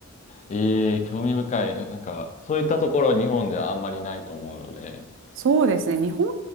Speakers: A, on the left (about 35°); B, on the right (about 60°).
A: ええ興味深い。なんか、そういったところ日本じゃあんまりないと思うので。
B: そうですね。日本